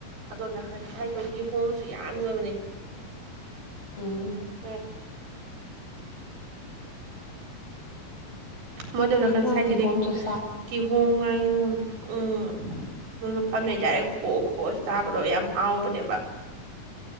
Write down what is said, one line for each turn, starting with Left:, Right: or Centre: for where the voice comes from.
Right: ꯑꯗꯣꯟꯗ ꯈꯟ ꯍꯥꯏꯗꯣꯛ ꯀꯤꯍꯣꯝꯁꯨ ꯌꯥꯝ ꯌꯣꯟꯕꯅꯦ꯫
Left: ꯎꯝ꯫
Right: ꯑꯦ ꯃꯣꯏꯗꯣ ꯅꯥꯀꯟ
Left: ꯑꯩ ꯃꯥꯒꯤ
Right: ꯁꯥꯏꯠꯇꯗꯤ
Left: ꯍꯣꯝꯗꯣ ꯆꯥ
Right: ꯀꯤꯍꯣꯝꯒꯥꯡ ꯌꯣꯟꯕꯅꯦ ꯎꯝ ꯃꯣꯏ ꯃꯐꯝ ꯂꯩꯇꯥꯔꯦ ꯈꯣꯑ ꯈꯣꯑ ꯆꯥꯕꯗꯣ ꯌꯥꯝ ꯍꯥꯎꯕꯅꯦꯕ